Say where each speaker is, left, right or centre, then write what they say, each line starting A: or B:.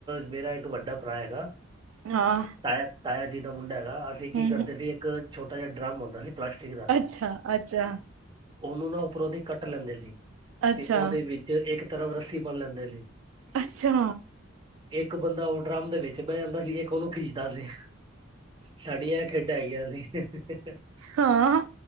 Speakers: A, on the right (about 20°); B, on the right (about 80°).
A: ਮੇਰਾ ਇੱਕ ਵੱਡਾ ਭਰਾ ਹੈਗਾ।
B: ਹਾਂ
A: ਤਾਇਆ-ਤਾਇਆ ਤਾਂ <unintelligible> ਹੈਗਾ ਅਸੀਂ ਕੀ
B: ਹਮ
A: ਕਰਦੇ ਸੀ ਇੱਕ ਛੋਟਾ ਜਿਹਾ ਡਰਮੁੰ ਹੁੰਦਾ ਸੀ। ਪਲਾਸਟਿਕ ਦਾ
B: ਅੱਛਾ ਅੱਛਾ।
A: ਉਹਨੂੰ ਨਾ ਉਪਰੋਂ ਦੀ ਕੱਟ ਲੈਂਦੇ ਸੀ।
B: ਅੱਛਾ
A: ਤੇ ਉਹਦੇ ਵਿੱਚ ਇੱਕ ਇਕ ਤਰੱਫ ਰੱਸੀ ਬਨ ਲੈਂਦੇ ਸੀ।
B: ਅੱਛਾ।
A: ਏਕ ਬੰਦਾ ਔ ਡਰਮ ਦੇ ਵਿੱਚ ਬੈ ਜਾਂਦਾ ਸੀ ਇੱਕ ਔਨੂੰ ਖਿੱਚਦਾ ਸੀ। ਸਾਡੀਆਂ ਐ ਖੇਡਾਂ ਹੈਗੀਆਂ ਸੀ। <unintelligible>
B: ਹਾਂ,